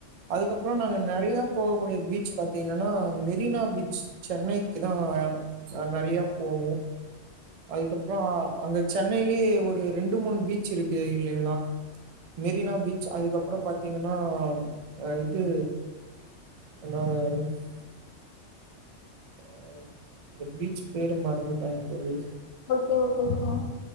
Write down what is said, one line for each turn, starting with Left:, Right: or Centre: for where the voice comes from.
Right: அதுக்கப்றோ நாங்க நெறையா போகக்கூடிய பீச் பாத்தீங்கன்னா மெரினா பீச் சென்னைக்குத்தா நெறைய போவோ அதுக்கப்றோ அங்க சென்னைலயே ஒரு ரெண்டு மூணு பீச் இருக்கு இல்லைங்களா மெரினா பீச் அதுக்கப்றோ பாத்தீங்கன்னா ஆ இது <unintelligible> ஆ இந்த பீச் பேரு மறந்துட்டே தோழி
Left: ஓகே ஓகே சார்